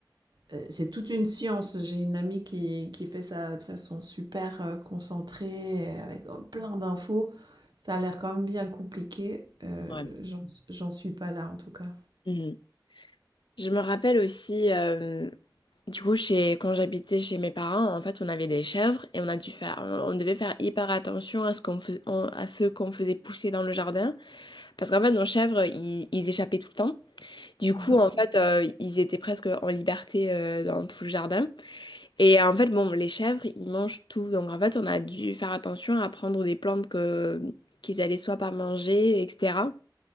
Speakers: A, on the right; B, on the left.
A: Euh, c'est toute une science. J'ai une amie qui, qui fait ça de façon super euh, concentrée, euh, avec euh, plein d'infos. Ça a l'air quand même bien compliqué. Euh,
B: Ouais.
A: j'en, j'en suis pas là en tout cas.
B: Mhm. Je me rappelle aussi, euh, du coup, chez, quand j'habitais chez mes parents, en fait, on avait des chèvres et on a dû faire, on, on devait faire hyper attention à ce qu'on fais- on- à ce qu'on faisait pousser dans le jardin, parce qu'en fait, nos chèvres, ils, ils échappaient tout le temps. Du coup,
A: <laughs>
B: en fait, euh, ils étaient presque en liberté euh, dans tout le jardin. Et en fait, bon, les chèvres, ils mangent tout. Donc, en fait, on a dû faire attention à prendre des plantes que, qu'ils allaient soit pas manger, etc.